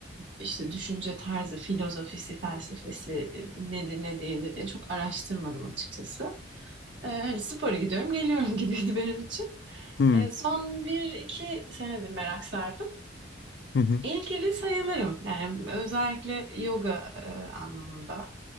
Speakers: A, on the right; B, on the left.
A: işte düşünce tarzı, filozofisi, felsefesi e, nedir ne değildir diye çok araştırmadım açıkçası. E, hani spora gidiyorum geliyorum <laughs> gibiydi benim için.
B: Hı
A: E, son bir iki senedir merak sardım.
B: hı. hı.
A: İlgili sayılırım. Yani özellikle yoga e, anlamında.